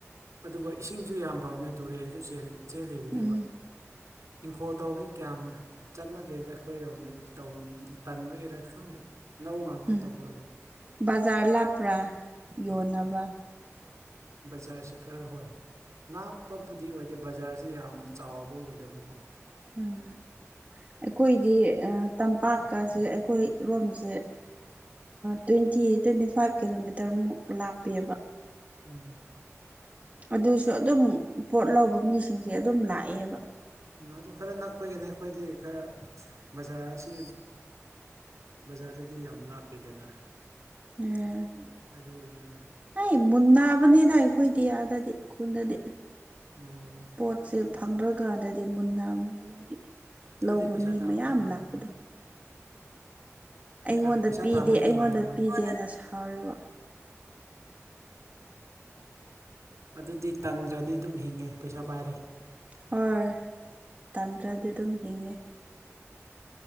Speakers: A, on the right; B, on the right.
A: ꯑꯗꯨꯒ ꯏꯁꯤꯡꯁꯨ ꯌꯥꯝ ꯐꯕꯅꯦ ꯇꯨꯔꯦꯟꯁꯨ ꯆꯦꯜꯂꯤ ꯆꯦꯜꯂꯤꯕꯅꯦꯕ
B: ꯎꯝ
A: ꯏꯪꯈꯣꯜ ꯇꯧꯕꯁꯦ ꯀꯌꯥꯝ ꯆꯠꯅꯗꯦꯗ ꯑꯩꯈꯣꯏꯔꯣꯝꯗꯗꯤ ꯇꯧ ꯇꯟꯕꯩꯔ ꯈꯪꯗꯦ ꯂꯧ ꯉꯥꯛꯇ
B: ꯎꯝ
A: ꯇꯧꯔꯒ ꯂꯩ
B: ꯕꯖꯥꯔ ꯂꯥꯞꯄ꯭ꯔꯥ ꯌꯣꯟꯅꯕ
A: ꯕꯖꯥꯔꯁꯦ ꯈꯔ ꯍꯣꯏ ꯂꯥꯞꯄꯕꯨꯗꯤ ꯑꯣꯏꯗꯦ ꯕꯖꯥꯔꯁꯦ ꯌꯥꯝꯅ ꯆꯥꯎꯕ ꯑꯣꯏꯗꯕꯀꯣ
B: ꯑꯥ ꯑꯩꯈꯣꯏꯗꯤ ꯑꯥ ꯇꯝꯄꯥꯛꯀꯁꯦ ꯑꯩꯈꯣꯏꯔꯣꯝꯁꯦ ꯇ꯭ꯋꯦꯟꯇꯤ ꯇ꯭ꯋꯦꯟꯇꯤ ꯐꯥꯏꯚ ꯀꯤꯂꯣꯃꯤꯇꯔꯃꯨꯛ ꯂꯥꯛꯄꯤꯕ
A: ꯎꯝ
B: ꯑꯗꯨꯁꯨ ꯑꯗꯨꯝ ꯄꯣꯠ ꯂꯧꯕ ꯃꯤꯁꯤꯡꯁꯦ ꯑꯗꯨꯝ ꯂꯥꯛꯑꯦꯕ
A: ꯑꯗꯨ ꯈꯔ ꯅꯛꯄꯒꯤꯅꯦ ꯑꯩꯈꯣꯏꯗꯤ ꯈꯔ ꯕꯖꯥꯔ ꯑꯁꯤ ꯕꯖꯥꯔꯗꯗꯤ ꯌꯥꯝ ꯂꯥꯞꯄꯦꯗꯅ
B: <unintelligible>
A: ꯑꯗꯨ ꯑꯣꯏꯅꯤꯗ
B: ꯑꯩ ꯃꯨꯟꯅꯥꯕꯅꯤꯗ ꯑꯩꯈꯣꯏꯗꯤ ꯑꯥꯗꯗꯤ ꯈꯨꯟꯗꯗꯤ
A: ꯑꯣ
B: ꯄꯣꯠꯁꯦ
A: ꯑꯗꯨꯗꯤ
B: ꯐꯪꯗ꯭ꯔꯀꯥꯟꯗꯗꯤ ꯃꯨꯟꯅꯝꯅꯦ ꯃꯣꯏꯗꯤ
A: ꯑꯗꯨꯗꯤ
B: ꯂꯧꯕ
A: ꯄꯩꯁꯥ
B: ꯃꯤ
A: ꯇꯥꯟꯕꯁꯦ
B: ꯃꯌꯥꯝ
A: ꯅꯨꯡꯉꯥꯏꯔꯝꯒꯅꯤ
B: ꯂꯥꯛꯄꯗꯣ
A: ꯅꯠꯇ꯭ꯔꯥ
B: ꯑꯩꯉꯣꯟꯗ
A: ꯄꯩꯁꯥ
B: ꯄꯤꯗꯦ
A: ꯇꯥꯝꯕꯁꯦ
B: ꯑꯩꯉꯣꯟꯗ
A: ꯅꯨꯡꯉꯥꯏꯔꯝꯒꯅꯤ
B: ꯄꯤꯗꯦꯅ
A: ꯑꯣ
B: ꯁꯥꯎꯔꯤꯕ
A: ꯑꯗꯨꯗꯤ ꯇꯟꯗ꯭ꯔꯗꯤ ꯑꯗꯨꯝ ꯍꯤꯡꯉꯦ ꯄꯩꯁꯥ ꯄꯥꯏꯔꯦ
B: ꯍꯣꯏ ꯇꯟꯗ꯭ꯔꯗꯤ ꯑꯗꯨꯝ ꯍꯤꯡꯉꯦ